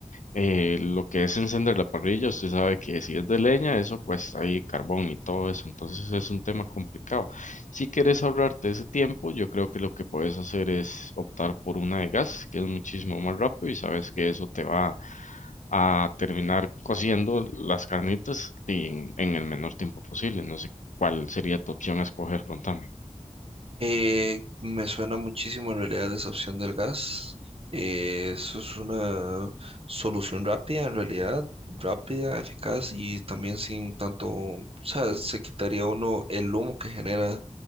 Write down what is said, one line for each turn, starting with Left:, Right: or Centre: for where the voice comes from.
Left: eh, lo que es encender la parrilla, usted sabe que si es de leña, eso cuesta ahí carbón y todo eso, entonces es un tema complicado. Si quieres ahorrarte ese tiempo, yo creo que lo que puedes hacer es optar por una de gas, que es muchísimo más rápido y sabes que eso te va a terminar cociendo las carnitas y en, en el menor tiempo posible. No sé cuál sería tu opción a escoger, contame.
Right: Eh, me suena muchísimo en realidad esa opción del gas. Eh, eso es una solución rápida, en realidad, rápida, eficaz y también sin tanto, o sea, se quitaría uno el humo que genera